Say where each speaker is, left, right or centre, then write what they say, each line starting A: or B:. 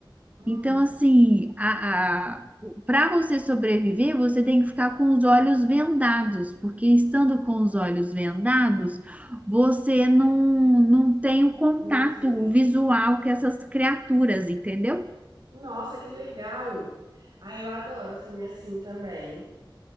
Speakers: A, on the right (about 60°); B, on the right (about 15°).
A: Hum,
B: Então, assim, a, para você sobreviver, você tem que ficar com os olhos vendados, porque estando com os olhos vendados, você não, não tem o contato
A: não vi.
B: visual com essas criaturas, entendeu?
A: Nossa, que legal. Ah, eu adoro filme assim também.